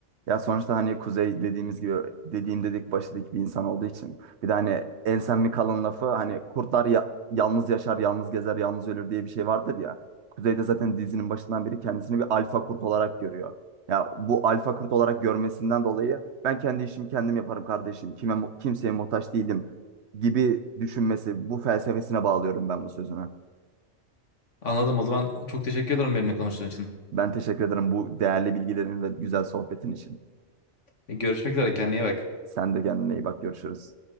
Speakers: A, on the right (about 70°); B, on the left (about 90°).
A: Ya sonuçta hani kuzey dediğimiz gibi dediğim dedik başladık bir insan olduğu için. Bir de hani ensen mi kalın lafı hani kurtlar ya- yalnız yaşar, yalnız gezer, yalnız ölür diye bir şey vardır ya. Kuzey de zaten dizinin başından beri kendisini bir alfa kurt olarak görüyor. Ya bu alfa kurt olarak görmesinden dolayı ben kendi işimi kendim yaparım kardeşim. Kime mu- kimseye muhtaç değilim gibi düşünmesi bu felsefesine bağlıyorum ben bu sözünü.
B: Anladım. O zaman çok teşekkür ederim benimle konuştuğun için.
A: Ben teşekkür ederim bu değerli bilgilerin ve güzel sohbetin için.
B: E, Görüşmek üzere. Kendine iyi bak.
A: Sen de kendine iyi bak görüşürüz.